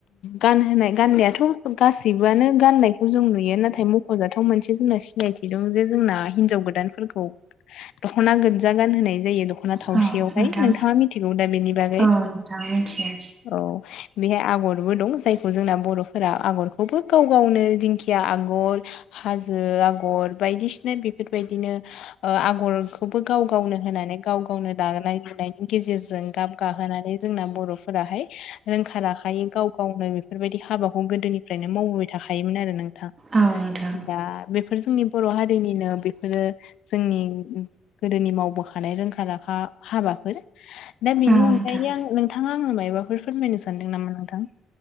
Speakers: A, on the left; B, on the right.
A: गानहोनाय गाननायाथ' गाससिबोआनो गाननायखौ जों नुयो नाथाय म जाथाव मोनसे जोंना सिनायथि दं जे जोंना हिनजाव गोदानफोरखौ दखना गोजजा गानहोनाय जायो दख'ना थावसेयावहाय
B: औ नोंथां
A: नोंथाङा मिथिगौ दा बेनि बागै।
B: औ नोंथां मिथियो
A: औ बेहाय आगरबो दं जायखौ जोंना बर'फोरा आगरखौबो गाव गावनो दिंखिया आगर हाजो आगर बायदिसिना बेफोरबायदिनो आगरखौबो गाव गावनो होनानै गाव गावनो दानाय लुनायनि गेजेरजों गाब गाहोनानै जोंना बर'फोराहाय रोंखा राखायै गाव गावनो बेफोरबायदि हाबाखौ गोदोनिफ्रायनो मावबोबाय थाखायोमोन आरो नों थां,
B: औ नोंथां
A: बा बेफोर जोंनि बर' हारिनिनो बेफोरो जोंनि गोदोनि मावबोखा नाय रोंखा रखा हाबाफोर। दा बेनि
B: औ
A: अनगायै
B: नोंथां
A: आं नोंथाङा आंनो मायबाफोर फोरमायनो सान दों नामख नांथां।